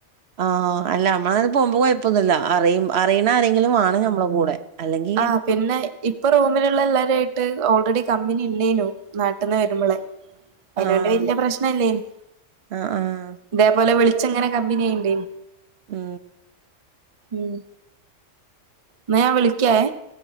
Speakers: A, on the right (about 60°); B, on the right (about 35°).
A: ആഹ അല്ല നമ്മള പോകുമ്പോ കുഴപ്പൊന്നുല്ല അറിയും. അറിയണ ആരെങ്കിലും വാണം നമ്മളെ കൂടെ അല്ലെങ്കിൽ
B: ആഹ് പിന്നെ ഇപ്പൊ റൂമിലുള്ള എല്ലാരുും ആയിട്ട് ഓൾറെഡി കമ്പനി ഉണ്ടേനു നാട്ടിന്ന് വരുമ്പോളെക്കെ. അതിനോണ്ട്
A: ആഹ്.
B: വല്യ പ്രശ്നല്ലേനു
A: ആഹ് ആഹ്.
B: ഇതേപോലെ വിളി ങ്ങനെ കമ്പനിയായിണ്ട് ച്ച
A: ഉം
B: ഉം ന്ന ഞാൻ വിളിക്കാവെ